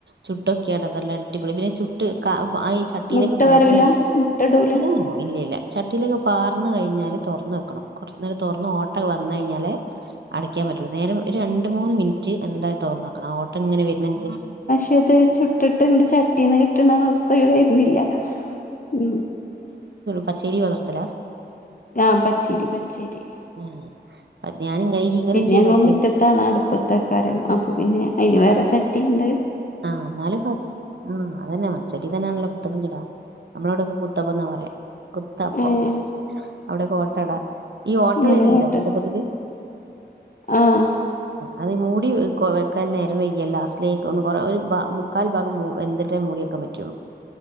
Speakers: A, on the right; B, on the left.
A: ചുട്ടൊക്കെയ ഇടതല്ല അടിപൊളി പിന്നെ ചുട്ട് കാ ആ ഈ ചട്ടിയിലൊക്കെ
B: മുട്ട
A: പാർന്ന്
B: വരൂല മുട്ട ഇടൂല
A: ഉ ഇല്ലല്ല ചട്ടിയിലേക്ക് പാർന്നു കഴിഞ്ഞാല് തുറന്ന് വെക്കണം കുറച്ച നേരം തുറന്ന് ഓട്ട വന്ന കഴിഞ്ഞാല് അടക്കാൻ പറ്റുള്ളനേരം ഒരു രണ്ട് മൂന്ന് മിനിറ്റ് എന്തായും തറന്നോക്കണം ആഓട്ടം എങ്ങനെ വരുന്നരിച്ച്
B: പക്ഷത് ചുട്ടിട്ട് ഇങ്ങട്ട് ചട്ടിന്ന് കിട്ടണ അവസ്ഥകൾ വരുന്നില്ല ഉ
A: പച്ചേരി വളർത്തല
B: ആ പച്ചേരി പച്ചേരി
A: ഉം അത് ഞാനിങ്ങനെ ഇയ്യ് ഇങ്ങനൊന്ന്
B: പിന്നെ
A: ചെയ്തോക്ക്
B: ഞങ്ങള് മുറ്റത്താണ് അടുപ്പത്തെക്കാര്അപ്പ പിന്നെ അതിന് വേറെ ചട്ടിയുണ്ട്
A: ആഹ എന്നാലും കൊഴ ആ അതന്നെ മൺ ചെട്ടി തന്നെയാണല്ലോ പുത്തപ്പും ചുടാ നമ്മളവിട കുത്തപ്പ എന്നാ പറയാ കുത്തപ്പം
B: ഏഹ്
A: അവിടെ ഓട്ടട ഈ ഓട്ട
B: ഞങ്ങള്
A: വരല്ലല്ല
B: ഓട്ടട
A: കുത്തപ്പത്തില്ൽ
B: ആഹ്
A: അത് മൂടി വെക്കാൽ നേരവെയ്യ ലാസ്റ്റിലേക്ക് ഒും ഒരു ഭ മുക്കാൽ ഭാഗം വന്തിട്ടേ മൂടിയാക്കാൻ പറ്റുകയുള്ളൂ.